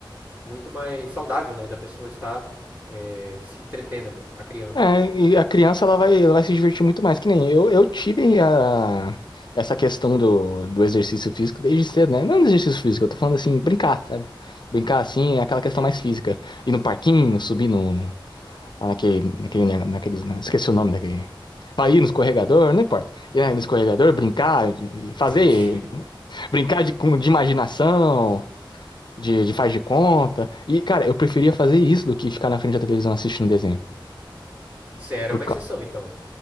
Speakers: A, on the right (about 20°); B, on the left (about 60°).
A: muito mais saudável, né? Da pessoa estar, é, se entretendo ali, a criança.
B: É, e a criança ela vai, ela vai se divertir muito mais, que nem eu, eu tive a, essa questão do, do exercício físico desde cedo, né? Não do exercício físico, eu tô falando assim, brincar, sabe? Brincar assim é aquela questão
A: Sim,
B: mais física. Ir no parquinho, subir no, no- naquele, naquele, ne- naqueles, né? esqueci o nome daquele. Vai ir no escorregador, não importa. Ir no escorregador, brincar, e fazer,
A: entendi.
B: brincar de, com- de imaginação, de, de faz de conta. E, cara, eu preferia fazer isso do que ficar na frente da televisão assistindo desenho.
A: <laughs> Você era
B: Por,
A: uma exceção,
B: cau-
A: então.